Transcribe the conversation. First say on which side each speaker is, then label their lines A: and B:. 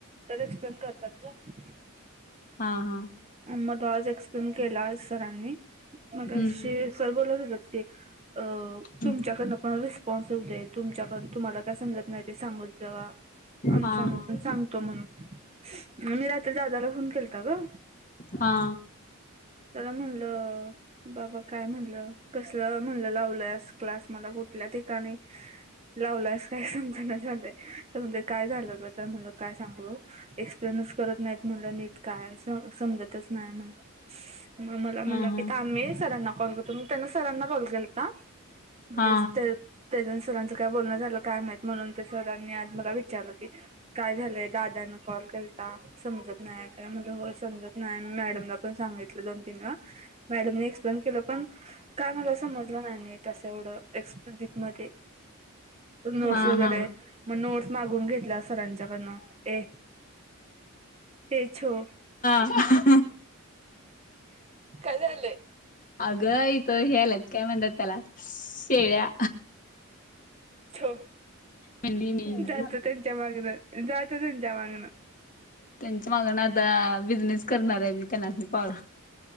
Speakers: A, on the right; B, on the left.
A: तर एक्सप्लेन करतात ग
B: हा हा
A: म तो आज एक्सप्लेन केला सरानी मगाशी
B: हम्म
A: सर बोलत होतात की अ
B: हम्म
A: तुमच्याकडनं पण रीस स्पॉन्स येऊदे तुमच्या कडन तुम्हाला काय समजत नाय ते सांगा मग जरा आमचं
B: हा हा
A: सांगतो म्हणून मग मी आता दादाला फोन केलता ग
B: हा
A: त्याला म्हणलं बाबा काय म्हणलं कसलं म्हणलं लावल्यास क्लास मला कुठल्या ठिकाणी लावल्यास काय समजना झालयं तर म्हणलं काय झालं ग तर म्हणलं काय सांगू एक्सप्लेनच करत नाहीत म्हणलं नीट काय समजतच नाही म्हणलं म मला म्हणालती
B: हा हा
A: थांब मी सरांना कॉल करतो म त्यांनी सरांना कॉल केलता. म्हणजे
B: हा
A: तेज आणि सरांचं काय बोलणं झालं काय माहित म्हणून ते सरांनी आज मला विचारलं की काय झालंय दादांन कॉल केलता समजत नाही का म्हणल होय समजत नाही मॅडमला पण सांगितलं दोन तीन वेळा मॅडम नी एक्सप्लेन केलं पण काय मला समजलं नाही नीट अस एवढं मध्ये नोट्स
B: हा
A: वगैरे
B: हा
A: मग नोट्स मागून घेतल्या सरांच्याकडनं ए तेच ओ
B: हह हं
A: काय झालंय
B: अगं अगं इथं हे आल्यात काय म्हणत्यात त्याला शेळ्या.
A: हो
B: मेंढी मेंढी
A: जा
B: आता
A: तु त्यांच्या मागनं, जा तु त्यांच्या मागनं
B: त्यांच्या मागण आता बिझनेस करणार आहे मी त्यांना पा